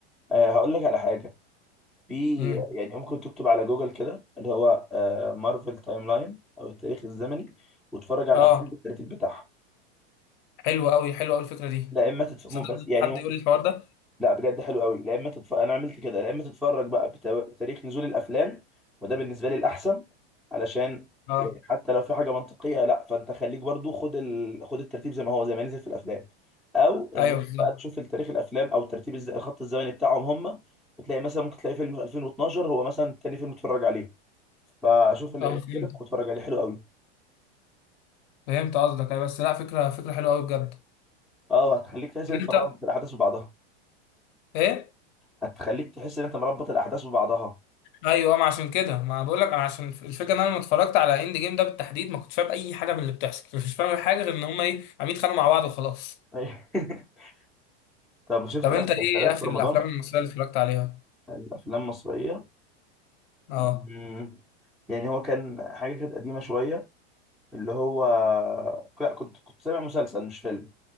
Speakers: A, in the centre; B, on the left.
A: آه هقول لك على حاجه في
B: امم
A: يعني ممكن تكتب على جوجل كده اللي هو آه، مارفل تايم لاين او التاريخ الزمني وتتفرج على
B: اه
A: الافلام بالترتيب بتاعها
B: حلوه قوي حلوه قوي الفكره دي
A: لا اما تتفرج
B: صدق
A: بس
B: ممكن
A: يعني
B: حد
A: ممكن
B: يقول لي الحوار ده
A: لا بجد حلو قوي لا اما تتفرج انا عملت كده لا اما تتفرج بقى بتو... بتاريخ نزول الافلام وده بالنسبه لي الاحسن علشان
B: اه
A: يعني حتى لو في حاجه منطقيه لا فانت خليك برضو خد ال... خد الترتيب زي ما هو زي ما نزل في الافلام او ان
B: ايوه بالظبط
A: بقى تشوف تاريخ الافلام او ترتيب الز- الخط الزمني بتاعهم هم وتلاقي مثلا ممكن تلاقي فيلم 2012 هو مثلا تاني فيلم تتفرج عليه فاشوف اللي
B: اه فهمت
A: يعجبك واتفرج عليه حلو قوي
B: فهمت قصدك أيوة، بس لا فكره فكره حلوه قوي بجد
A: اه هتخليك تحس
B: طب
A: ان انت
B: انت
A: مربط الاحداث ببعضها
B: ايه
A: هتخليك تحس ان انت مربط الاحداث ببعضها
B: ايوه ما عشان كده ما بقول لك انا عشان الفكره ان انا لما اتفرجت على اند جيم ده بالتحديد ما كنتش فاهم اي حاجه من اللي بتحصل مش فاهم حاجه غير ان هم ايه عم يتخانقوا مع بعض وخلاص
A: أيوة. <laughs> طب شفت
B: طب
A: أي
B: انت
A: مسلسلات
B: ايه اخر
A: في رمضان
B: الافلام المصريه اللي اتفرجت عليها
A: الافلام المصريه
B: اه
A: مم. يعني هو كان حاجه كانت قديمه شويه اللي هو لا كنت كنت سامع مسلسل مش فيلم